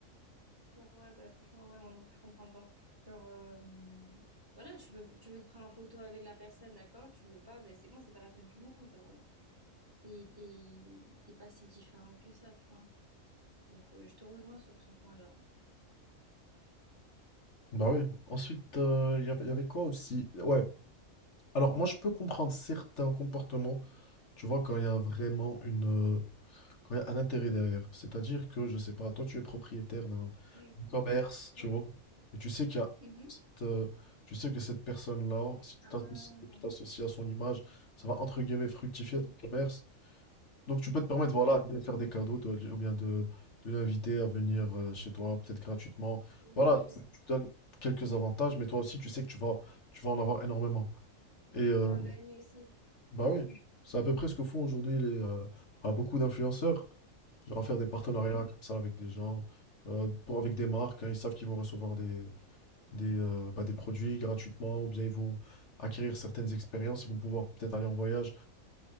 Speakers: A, on the right; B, on the left.
A: Ouais, bah, franchement, ouais, moi non plus, je comprends pas. Genre, euh, voilà, tu veux, tu veux te prendre en photo avec la personne, d'accord? Tu veux pas, ben c'est bon, c'est pas la fin du monde. Genre, t'es, t'es, t'es pas si différent que ça, tu vois. Donc, euh, je te rejoins sur ce point-là.
B: Bah oui. Ensuite, euh, il y avait, y avait quoi aussi? Ouais. Alors, moi, je peux comprendre certains comportements, tu vois, quand il y a vraiment une, euh, quand il y a un intérêt derrière. C'est-à-dire que, je sais pas, toi, tu es propriétaire d'un
A: Par exemple.
B: d'un commerce, tu
A: Ouais.
B: vois, et tu sais qu'il y a
A: Mhm.
B: cette, euh, tu sais que cette personne-là, si tu
A: Ah,
B: t'associes si tu t'associes à son image, ça va, entre guillemets, fructifier
A: ouais,
B: ton commerce. Donc tu peux te permettre,
A: ouais,
B: voilà, de lui faire des cadeaux, toi, ou bien de, de l'inviter à venir euh, chez toi, peut-être gratuitement.
A: oui.
B: Voilà, tu, tu donnes quelques avantages, mais toi aussi, tu sais que tu vas, tu vas en avoir énormément. Et euh,
A: Tu vas en gagner aussi.
B: bah
A: Ouais.
B: oui, c'est à peu près ce que font aujourd'hui les, euh, bah, beaucoup d'influenceurs. Genre à faire des partenariats
A: Mhm.
B: comme ça avec des gens, euh, pour, avec des marques, hein, ils savent qu'ils vont recevoir des, des, euh, bah, des produits gratuitement, ou bien ils vont acquérir certaines expériences, ils vont pouvoir peut-être aller en voyage.